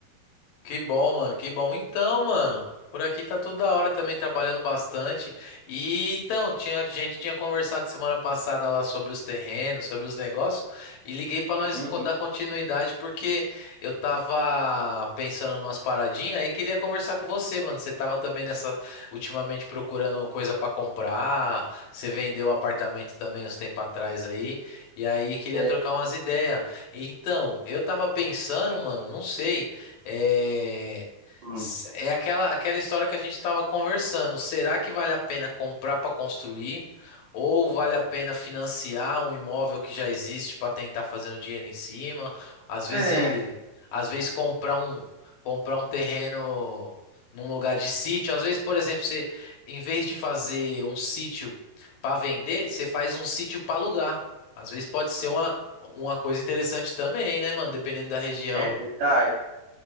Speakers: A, on the left; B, on the right.
A: Que bom, mano, que bom. Então, mano, por aqui tá tudo da hora também, trabalhando bastante. E então, tinha, a gente tinha conversado semana passada lá sobre os terrenos, sobre os negócios, e liguei pra nós
B: Uhum.
A: co- dar continuidade porque eu tava pensando numas paradinhas aí queria conversar com você, mano. Você tava também nessa, ultimamente procurando coisa pra comprar, você vendeu o apartamento também uns tempos atrás aí, e aí queria
B: É,
A: trocar umas ideias. Então, eu tava pensando, mano, não sei. É,
B: hum.
A: é aquela, aquela história que a gente estava conversando. Será que vale a pena comprar para construir? Ou vale a pena financiar um imóvel que já existe para tentar fazer um dinheiro em cima? Às vezes,
B: é,
A: às vezes comprar um, comprar um terreno num lugar de sítio. Às vezes, por exemplo, você, em vez de fazer um sítio para vender, você faz um sítio para alugar. Às vezes pode ser uma, uma coisa interessante também, né, mano? Dependendo da região.
B: é verdade.